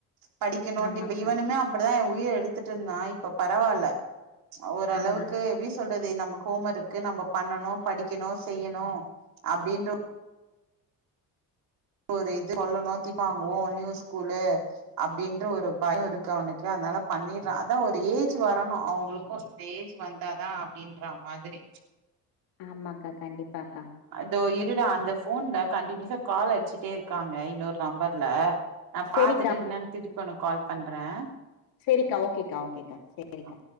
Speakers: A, on the right (about 75°); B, on the left (about 80°).
A: படிக்கணுன்ட்டு
B: ஆமாக்கா
A: இப்ப இவனுமே அப்டிதா ஏ உயிர எடுத்துட்ருந்தா இப்ப பரவால்ல ச ஓரளவுக்கு
B: ஆமா
A: எப்டி சொல்றது நம்ம ஹோம் ஒர்க்கு நம்ப பண்ணனு கெணு செய்யணு அப்டின்ற ஒரு இது சொல்லணு <inaudible> வாங்குவோ நியூ ஸ்கூலு அப்டின்ற ஒரு பயொ இருக்கு அவனுக்கு அத்னால பண்ணிர்றா அதா ஒரு ஏஜ் வரணு அவ்ங்களுக்கு இந்த ஏஜ் வந்தாதா அப்டின்றா மாதிரி
B: ஆமாக்கா கண்டிப்பாக்கா
A: தோ இருடா அந்த ஃபோன்ல கண்டின்யுசா கால் அட்ச்சி ட்டே இருக்காங்க இன்னொரு நம்பர்ல நா
B: சரிக்கா
A: பாத்துட்டு என்னான் திருப்பி ஒனக் கால் பண்ற
B: செரிக்கா ஓகேக்கா ஓகேக்கா சேரிக்கா
A: ஆ